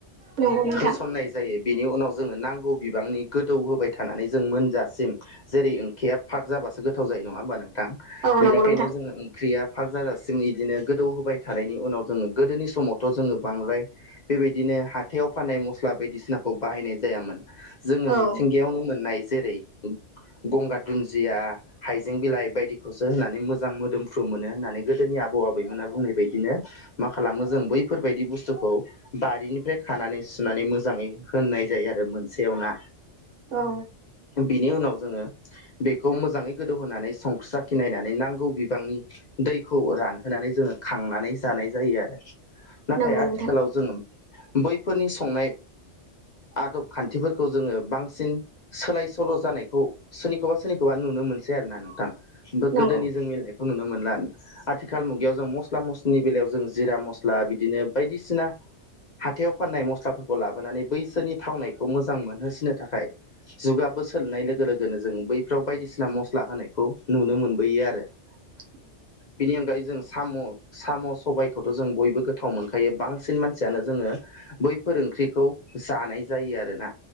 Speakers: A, on the right (about 85°); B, on the left (about 45°).
A: नंगौ नोंथां
B: होसननाय जायो बेनि उनाव जोङो नांगौ बिबांनि गोदौ होबाय थानानै जों मोनजासिम जेरै ओंखेया फाग जाब्लाासो गोथाव जायो नङा होमबा नोंथां
A: औ
B: बेनिखायनो
A: नंगौ नोंथां
B: जों ओंख्रिया फाग जाजासिम बिदिनो गोदौ होबाय थानायनि उनाव जोङो गोदोनि समावथ' जोङो बांद्राय बेबायदिनो हाथायाव फाननाय मस्ला बायदिसिनाखौ बाहायनाय जायामोन। जोङो
A: औ
B: मिथिं बियावनो मोननाय जेरै गंगार दुन्दिया हाइजें बिलाइ बायदिखौसो होननानै मोजां मोदोमफ्रु मोनो होननानै गोदोनि आबौ आबैमोना बुंनाय बायदिनो मा खालामो जों बैफोरबायदि बुस्थुखौ बारिनिफ्राय खानानै सुनानै मोजाङै होननाय जायो आरो मोनसेयाव ना?
A: औ
B: बिनि उनाव जोङो बेखौ मोजाङै गोदौहोनानै संख्रा खिनायनानै नांगौ बिबांनि दैखौ रानहोनानै जोङो खांनानै जानाय जायो आरो नाथाय
A: नंगौ
B: आथिखालाव
A: नोंथां
B: जों बैफोरनि संनाय आदब खान्थिफोरखौ जोङो बांसिन सोलाय सोल' जानायखौ सोरनिखौबा सोरनिखौबा नुनो मोनसै आरोना नोंथां।
A: नंगौ
B: गोदोनि जों मिलनायखौ नुनो मोनला आथिखाल मुगायाव जों मस्ला मस्लि नि बेलायाव जों जिरा मस्ला बिदिनो बायदिसिना हाथायाव फाननाय मस्लाफोरखौ लाबोनानै बैसोरनि थावनायखौ मोजां मोनहोसिनो थाखाय जुगाबो सोलोंनाय लोगो लोगोनो जों बैफ्राव बायदिसिना मस्ला होनायखौ नुनो मोनबोयो आरो
A: <inaudible>
B: बिनि अनगायै जों साम' साम' सबायखौथ' जों बयबो गोथाव मोन खायो बांसिन मानसियानो जोङो। बैफोर ओंख्रिखौ जानाय जायो आरोना